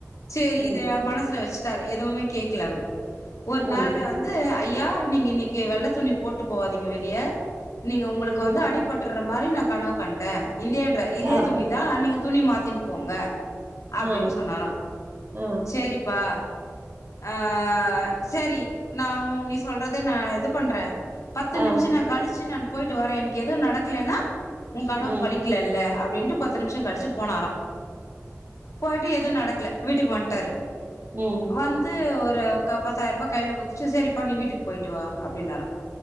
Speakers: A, on the left; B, on the right.
A: செரி
B: ம்
A: இத மனசுல வச்சு சர் எதூமேக் கேக்ல அவரு ஒரு
B: ம்
A: நாள் க வந்து ஐயா நீங்க இன்னிக் கி வெள்ள துணி போட்டு போவாதீங்க வெளிய நீங்க உங்களுக்கு
B: ம்
A: வந்து அடிபட்டுர்ற் மாரி நா கனவு கண்டே இதேன்ற இதே
B: ஆ
A: துணிதா ஆ நீங் துணி மாத்தின் போங்க அப்டினு
B: ஆ
A: சொன்னாரா
B: ஆ
A: செரிப்பா ஆ செரி நா உ நீ சொல்றதே நா இது பண்ற பத்து
B: ஆ ம்
A: நிமிஷோ நா கழிச்சு நான் போயிட்டு வரே எனக் எது நடக்லேனா உ கனவு
B: ம்
A: பலிக்லேல்ல ரெண்ட்டு பத்து நிமிஷோ கழிச்சு போனாரா போய்ட்டு ஏதவு நடக்ல வீட்டுக்கு வன்டாரு
B: ம்
A: வந்து ஒரு க பாத்தாயிருபா கைல குத் செ சரிப்பா நீ வீட்டுக் போயிட்டு வா அப்டின்னாரா